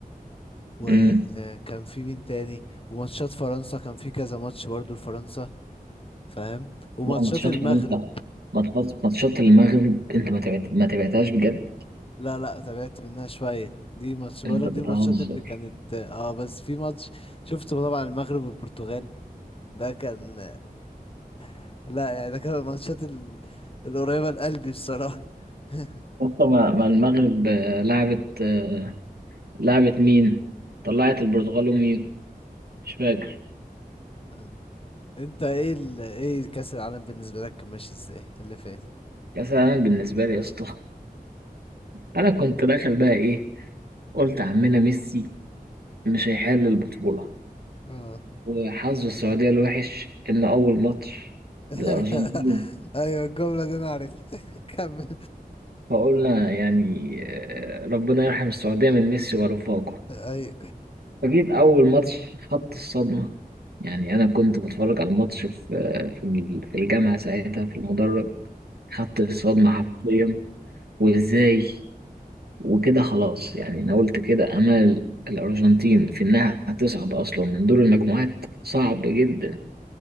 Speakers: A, on the left; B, on the right.
A: وكان
B: ايه؟
A: في مين تاني وماتشات فرنسا كان في كذا ماتش برضو لفرنسا فاهم وماتشات
B: لا ماتشات
A: المغرب
B: حرام طبعا ماتشات ماتشات المغرب انت ما تبعت ما تبعتهاش بجد
A: لا لا تابعت منها شوية دي ماتش بقولك
B: انت بتهزر
A: دي الماتشات اللي كانت اه بس في ماتش شفته طبعا المغرب والبرتغال ده كان <laughs> لا يعني ده كان الماتشات ال... القريبة لقلبي بصراحة <laughs>
B: اصلا ما, ما المغرب آه، لعبت آه، لعبت مين طلعت البرتغال ومين مش فاكر
A: آه. انت ايه ال... ايه كأس العالم بالنسبة لك كان ماشي ازاي اللي فات
B: كاس العالم بالنسبه لي يا اسطى انا كنت داخل بقى ايه قلت عمنا ميسي مش هيحل البطوله
A: اه
B: وحظ السعوديه الوحش ان اول ماتش
A: <laughs>
B: للارجنتين
A: ايوه الجملة دي انا عارف <laughs> كمل
B: فقلنا يعني آه، ربنا يرحم السعوديه من ميسي ورفاقه
A: ايوه
B: فجيت أول ماتش خدت الصدمة يعني أنا كنت بتفرج على الماتش في في ال- في الجامعة ساعتها في المدرج خدت الصدمة حرفيا وإزاي وكده خلاص يعني أنا قلت كده أمل الأرجنتين في إنها هتصعد أصلا من دور المجموعات صعب جدا